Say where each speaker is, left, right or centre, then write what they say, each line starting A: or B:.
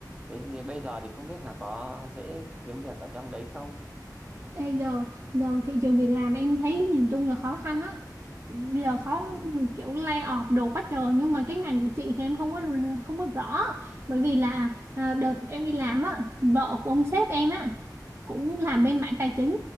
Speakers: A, on the right (about 15°); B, on the right (about 35°).
A: thế thì bây giờ thì không biết là có dễ kiếm việc ở trong đấy không
B: Ê, giờ giờ thị trường việc làm em thấy nhìn chung là khó khăn á bây giờ khó
A: ừ
B: kiểu lay off đồ quá trời nhưng mà cái ngành của chị thì em không có không có rõ bởi vì là à, đợt em đi làm á vợ của ông sếp em á cũng làm
A: ừ
B: bên mảng tài chính